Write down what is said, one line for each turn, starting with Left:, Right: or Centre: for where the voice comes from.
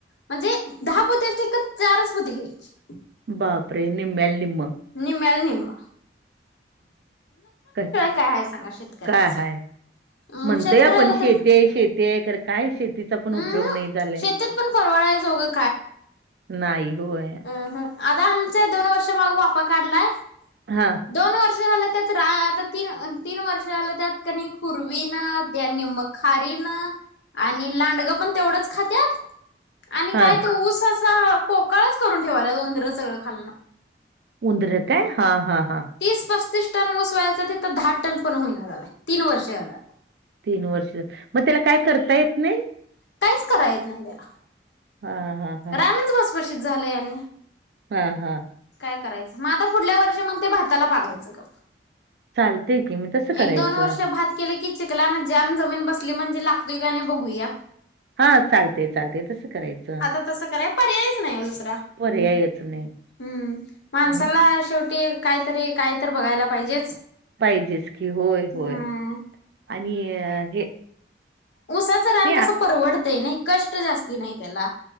Left: म्हणजे दहा पोते असते तर चारच पोती घ्यायचे.
Right: बापरे निम्म्याला निम्म.
Left: निम्म्याला निम्म.
Right: कस
Left: काय आहे सांगा शेतकऱ्याच
Right: का हाय?
Left: अ
Right: म्हणतंय
Left: शेतकऱ्याला
Right: पण शेती
Left: तर
Right: शे तीय खरं काय शेतीचा पण
Left: हम्म
Right: उपयोग नाही झालाय.
Left: शेतीत पण परवडाय जोगं
Right: नाही होय.
Left: हं हं आता आमचे दोन वर्ष मग वाफा काढलाय.
Right: हा.
Left: दोन वर्ष झालं त्याच रा आता तीन तीन वर्ष झालं त्यात क नी पूर्वी न द्या निम्म खारीनं आणि लांडगं पण तेवढंच खात्यात. आणि
Right: हां.
Left: काय तो ऊस असा पोकळचं करून ठेवायला उंदरं सगळं खाल्लनं.
Right: उंदर काय? हा हा हा.
Left: तीस पस्तीस टन उस व्हायचा तिथं दहा टन पण होईना झालाय तीन वर्ष झालं.
Right: तीन वर्ष मग त्याला काय करता येत नाही?
Left: काहीच करा येत नाही त्याला.
Right: हा हा.
Left: रानच भाषभाषीत झालंय आणि
Right: हा हा.
Left: काय करायचं? मग आता पुढल्या वर्षी मग ते भाताला पाडायचं गप.
Right: चालतंय की मग तसं करायचं.
Left: एक दोन वर्ष भात केलं की चिखलानं जाम जमीन बसली की म्हणजे लागतो का नाही ते बघूया.
Right: हा चालतेय चालतेय तसं करायचं. हं.
Left: आता तसं कराय पर्यायच नाही ओ दुसरा.
Right: पर्यायच नाही.
Left: हम्म माणसाला
Right: नाही.
Left: शेवटी कायतरी काय तर बघायला पाहिजेच.
Right: पाहिजेच की होय होय
Left: हम्म
Right: आणि हे
Left: उसाचं रान
Right: नाही
Left: कसं
Right: आ
Left: परवडतंय नाही कष्ट जास्ती नाही त्याला.